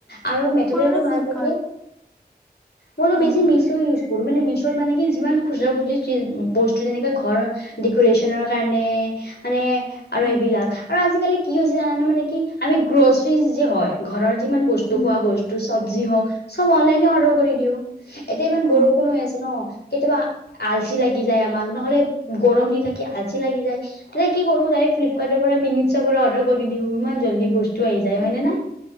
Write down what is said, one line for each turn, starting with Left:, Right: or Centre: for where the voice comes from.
Left: আৰু মেটেৰিয়েল
Centre: নে ফ্লিপকাৰ্ট?
Left: ভাল থাকে মই তো বেছি
Centre: অ',
Left: মিচ্ ইউচ কৰো মানে মিচ মানে কি যিমান খুচৰা খুচৰি বস্তু যেনেকে ঘৰৰ ডেক'ৰেচনৰ কাৰণে মানে আৰু
Centre: অ',
Left: এইবিলাক আৰু আজিকালি কি হৈ হৈছে জানানে মান কি আমি গ্ৰছিজ যে হয় ঘৰৰ যিমান বস্তু
Centre: উম,
Left: খোৱা বস্তু চব্জি হওঁক চব অনলাইনে অৰ্ডাৰ কৰি দিওঁ এতিয়া ইমান বৰষুণ
Centre: অ'।
Left: হৈ আছে ন কেতিয়াবা আলচি লাগি যায় আমাক নহ'লে গৰম দি থাকি আজি লাগি যায় তেতিয়া কি কৰো ফ্লিপকাৰ্ট পৰা মিনিচ পৰা অৰ্ডাৰ কৰি দিওঁ ইমান জল্দি বস্তু আহি যায় হয়নে নাই